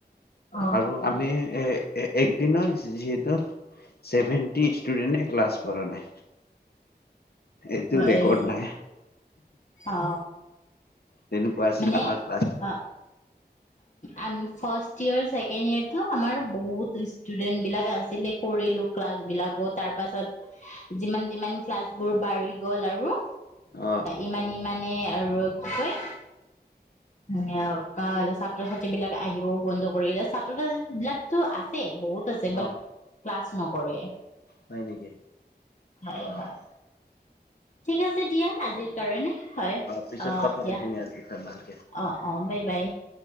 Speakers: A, on the left; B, on the left.
A: অ
B: আৰু আমি এ একদিন যিহেতু চেভেনটি ষ্টুডেট ক্লাছ কৰা নাই। এইটো
A: হয়
B: ৰেকৰ্ড নাই।
A: অ
B: তেনেকুৱা আছিল
A: মানে
B: আমাৰ ক্লাছ
A: অ আম ফাৰ্ষ ইয়ৰ ছেকেণ্ড ইয়াৰটো আমাৰ বহুত ষ্টুডেন্ট বিলাক আছিলে। কৰিলো ক্লাছ বিলাকো তাৰ পাছত যিমান যিমান ক্লাছ বোৰ বাঢ়ি গল আৰু
B: অ
A: ইমান ইমান, মানে আৰু কি কয়, ছাত্ৰ ছাত্ৰী বিলাক আহিব বন্ধ কৰিলে ছাত্ৰ ছাত্ৰী বিলাকতো আছে বহুত, আছে
B: অ
A: বাত ক্লাছ নকৰে।
B: হয় নেকি
A: হয়
B: আহ।
A: হয় ঠিক আছে দিয়া আজিৰ কাৰণে হয়
B: পিছত
A: অ
B: কথা
A: দিয়া।
B: পাতিম <unintelligible>
A: অ অ বাই বাই।